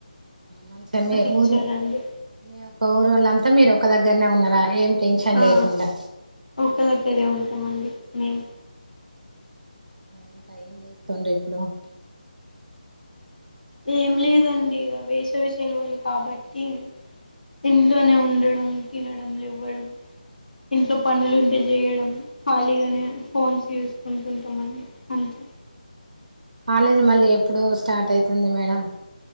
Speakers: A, on the right (about 75°); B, on the left (about 80°).
A: మంచిగా మీ
B: ఇచ్చారండి
A: ఊరు మీ యొక్క ఊరుోళ్ళంతా మీరు ఒక్క దగ్గనే ఉన్నరా ఏం టెన్షన్
B: ఆ
A: లేకుండా
B: ఒక దగ్గరే ఉంటమండి ఉమ్
A: ఏంకా ఎంచేస్తుండ్రీ ఇప్పుడు
B: ఏం లేదండి వేసవి సేలవలు కాబట్టి ఇంట్లోనే ఉండడం తినడంలెవ్వడం ఇంట్లో పనులు ఉంటే చేయడం ఖాళీగానే ఫోన్స్ చూసుకుంటుంటామండి అంతే
A: కాలేజీ మళ్ళీ ఎప్పుడు స్టార్ట్ అయితుంది మేడం